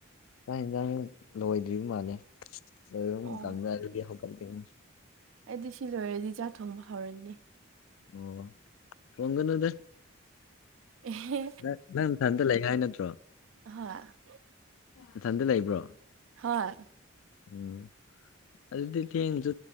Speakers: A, on the left; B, on the right.
A: ꯆꯥꯛ ꯌꯦꯟꯁꯥꯡ ꯂꯣꯏꯗ꯭ꯔꯤꯕ ꯃꯥꯜꯂꯦ ꯑꯗꯨ
B: ꯑꯣ
A: ꯀꯥꯟꯗꯗꯤ ꯍ ꯀꯜ ꯀꯝ
B: ꯑꯩꯗꯤ ꯁꯤ ꯂꯣꯏꯔꯗꯤ ꯆꯥꯛ ꯊꯣꯡꯕ ꯍꯧꯔꯅꯤ
A: ꯑꯣ ꯐꯒꯅꯗ
B: ꯑꯦꯍꯦ
A: ꯅꯪ ꯅꯪ ꯃꯊꯟꯇ ꯂꯩ ꯍꯥꯏ ꯅꯠꯇ꯭ꯔꯣ
B: ꯍꯥ <unintelligible> <inaudible>
A: ꯏꯊꯟꯗ ꯂꯩꯕ꯭ꯔꯣ
B: ꯍꯥ <unintelligible> <inaudible>
A: ꯎꯝ ꯑꯗꯨꯗꯤ ꯊꯦꯡꯁꯨ